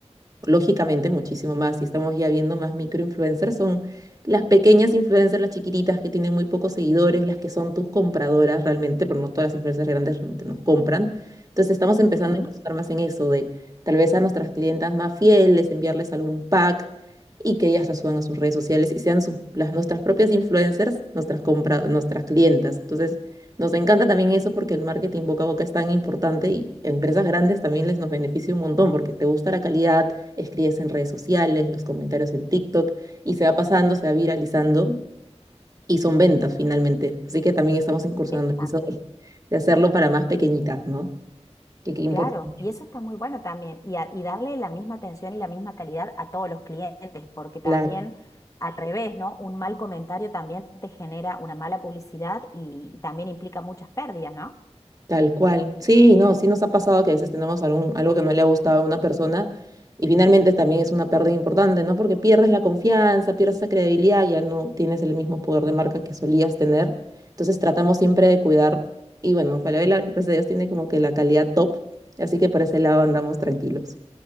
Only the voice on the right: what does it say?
lógicamente muchísimo más. Y estamos ya viendo más microinfluencers, son las pequeñas influencers, las chiquititas que tienen muy pocos seguidores, las que son tus compradoras realmente, pero no todas las influencers grandes realmente nos compran. Entonces estamos empezando
a incursionar más en eso, de tal vez a nuestras clientas más fieles, enviarles algún pack y que ellas lo suban a sus redes sociales y sean sus- las, nuestras propias influencers, nuestras compra, nuestras clientas. Entonces, nos encanta también eso porque el marketing boca a boca es tan importante y a empresas grandes también les nos beneficia un montón porque te gusta la calidad, escribes en redes sociales, los comentarios en TikTok y se va pasando, se va viralizando y son ventas finalmente. Así que también estamos incursionando
en eso de, de hacerlo para más pequeñitas, ¿no? Que qué importante.
Claro.
Tal cual. Sí, no, sí nos ha pasado que a veces tenemos algún, algo que no le ha gustado a una persona y finalmente también es una pérdida importante, ¿no? Porque pierdes la confianza, pierdes la credibilidad, ya no tienes el mismo poder de marca que solías tener. Entonces tratamos siempre de cuidar y bueno, Falabella, gracias a Dios, tiene como que la calidad top, así que por ese lado andamos tranquilos.